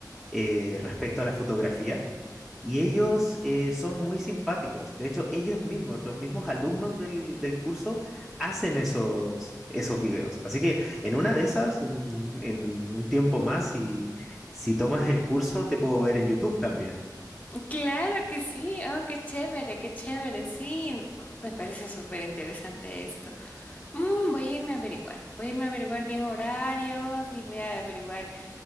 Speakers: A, in the centre; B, on the left.
A: eh, respecto a la fotografía. Y ellos eh, son muy simpáticos. De hecho, ellos mismos, los mismos alumnos del, del curso, hacen esos, esos videos. Así que en una de esas, en, en un tiempo más, si, si tomas el curso, te puedo ver en YouTube también.
B: Claro que sí, oh, qué chévere, qué chévere, sí, me parece súper interesante esto. Mm, voy a irme a averiguar, voy a irme a averiguar bien horarios y voy a averiguar